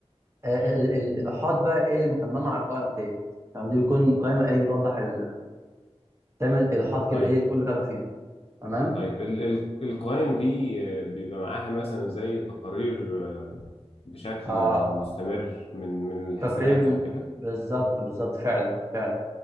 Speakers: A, on the right (about 25°); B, on the left (about 60°).
A: آه، ال- ال- الايضاحات بقى ايه المتممه على القوائم ديت تمام دي بتكون قائمه ايه بتوضح ال... تعمل ايضاحات كده
B: طيب
A: ايه لكل قائمه فيهم تمام
B: طيب ال- ال- القوائم دي آه، بيبقى معاها مثلا زي تقارير آه، بشكل
A: اه
B: آه، مستمر من من الحسابات
A: تقرير م-
B: او كده
A: بالظبط بالظبط فعلا فعلا